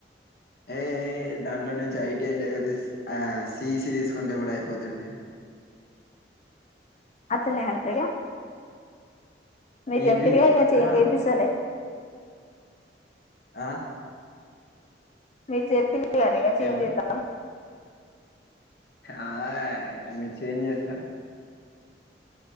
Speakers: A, on the left (about 55°); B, on the left (about 40°).
A: ఏ ఎయ్ దాంట్లోనే. ఐటీఐ ఎల్ లేకపోతే ఆ సిసి తీసుకుంటే కూడా అయిపోతుండే.
B: అట్టనే అత్తయ్య. మీరు
A: ఈజీ
B: చెప్పారు కాద ఇక చేంజ్
A: ఆ
B: చేపిస్తలేే.
A: ఆ.
B: మీరు చెప్పులు కదా ఇక చేంజ్
A: ఏమ
B: చెదం.
A: ఆ ఇక మిరు చేంజ్ చేసారు.